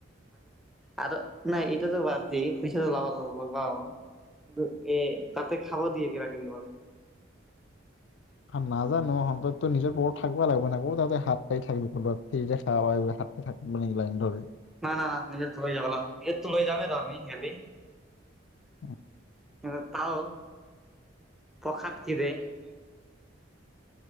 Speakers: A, in the centre; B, on the left (about 60°).
A: আৰু নাই এইটোতো বাদ দিয় পইচাটো লগ লগা <unintelligible> এ তাতে খাবা দিয়ে কিবা কিবি, গলে
B: নাজানো অন্ততো নিজৰ পৰত থাকুৱা লাগিব নকৌ তাতে হাত পাই থাকিব ক'বা ফিৰি দেখা প হাত প থাকিব নেকিব ধৰি
A: ন ন না নিজে ত লৈ যাব ল নিজ ত লৈ যামেই তমি <unintelligible> গি
B: উ <unintelligible>
A: <unintelligible>